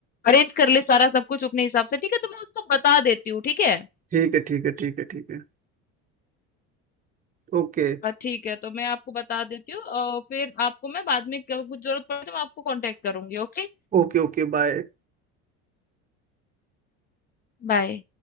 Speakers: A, on the left (about 30°); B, on the right (about 25°).
A: अरेंज कर ले सारा सब कुछ अपने हिसाब से ठीक है तो मैं उसको बता देती हूँ ठीक है
B: ठीक है ठीक है ठीक है ठीक है Okay
A: हाँ, ठीक है तो मैं आपको बता देती हूँ और फिर आपको मैं बाद में क्या- कुछ जरूरत पड़े तो मैं आपको कांटेक्ट करूंगी Okay
B: okay okay bye
A: bye